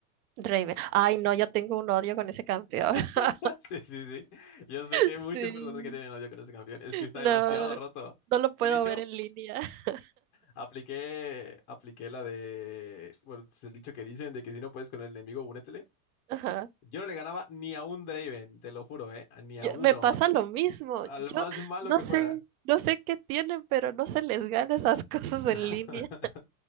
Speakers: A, on the right; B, on the left.
A: Raven. Ay, no, yo tengo un odio con ese campeón.
B: <laughs>
A: <laughs>
B: Sí, sí, sí. Yo sé que hay
A: Sí.
B: muchas personas que tienen odio con ese campeón. Es que está
A: No,
B: demasiado roto.
A: no lo puedo
B: Y de hecho,
A: ver en línea. <laughs>
B: Apliqué, apliqué la de, bueno, pues el dicho que dicen de que si no puedes con el enemigo, únetele.
A: Ajá.
B: Yo no le ganaba ni a un Draven, te lo juro, ¿eh? Ni
A: Yo-
B: a uno,
A: me pasa lo mismo.
B: al
A: Yo
B: más malo
A: no
B: que
A: sé,
B: fuera.
A: no sé qué tienen, pero no se les gana esas <laughs> cosas en
B: <laughs>
A: línea.